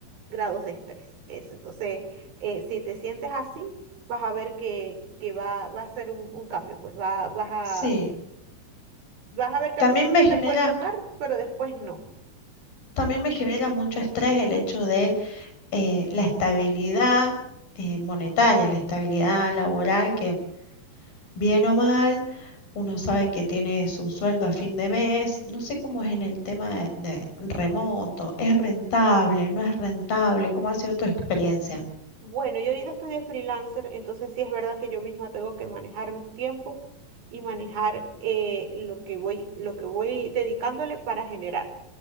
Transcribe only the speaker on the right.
grados de estrés. Eso. Entonces, eh, si te sientes así, vas a ver que, que va, va a ser un, un cambio. Pues va, vas a,
vas a ver que
al principio
te puede chocar, pero después no.
Bueno, yo ahorita estoy de freelancer, entonces sí es verdad que yo misma tengo que manejar mis tiempos y manejar eh, lo que voy, lo que voy dedicándole para generar.